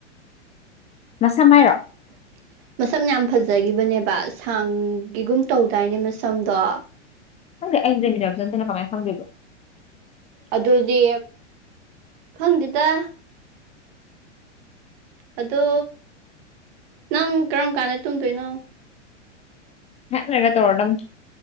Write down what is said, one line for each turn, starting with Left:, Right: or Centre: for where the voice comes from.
Left: ꯃꯁꯥ ꯍꯥꯏꯔꯣ
Right: <unintelligible> ꯃꯁꯝ ꯌꯥꯝ ꯐꯖꯒꯤꯕꯅꯦꯕ ꯁꯥꯡꯒꯤꯒꯨꯝ ꯇꯧꯗꯥꯏꯅꯦ ꯃꯁꯝꯗꯣ
Left: ꯈꯪꯗꯦ ꯑꯩꯩꯒ ꯂꯩꯃꯤꯟꯅꯕꯁꯨ ꯅꯠꯇꯅ ꯀꯃꯥꯏ ꯈꯪꯗꯣꯏꯕ
Right: ꯑꯗꯨꯗꯤ ꯈꯪꯗꯦꯗ ꯑꯗꯣ ꯅꯪ ꯀꯔꯝ ꯀꯥꯟꯗ ꯇꯨꯝꯗꯣꯏꯅꯣ
Left: ꯉꯍꯥꯛ ꯂꯩꯔ ꯇꯧꯔꯗꯝꯅꯤ